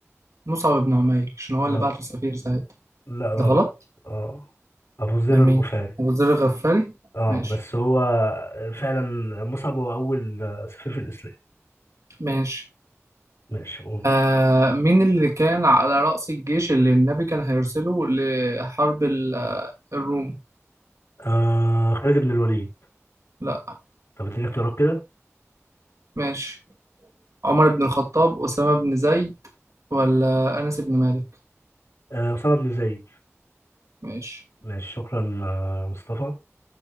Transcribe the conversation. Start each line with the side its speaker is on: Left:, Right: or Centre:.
Right: مصعب بن عمير عشان هو
Left: آه
Right: اللي بعته سفير سعيد
Left: لا غلط
Right: ده غلط
Left: آه أبو ذر
Right: من
Left: الغفاري
Right: مين أبو ذر الغفاري
Left: آه
Right: ماشي
Left: بس هو فعلا مصعب هو أول آه، سفير في الإسلام
Right: ماشي
Left: ماشي قول
Right: آه مين اللي كان على رأس الجيش اللي النبي كان هيرسله لحرب ال- آه، الروم
Left: آه خالد بن الوليد
Right: لا
Left: طب اديني اختيارات كده
Right: ماشي عمر بن الخطاب أسامة بن زيد ولا أنس بن مالك
Left: آه، أسامة بن زيد
Right: ماشي
Left: ماشي شكرا آه، مصطفى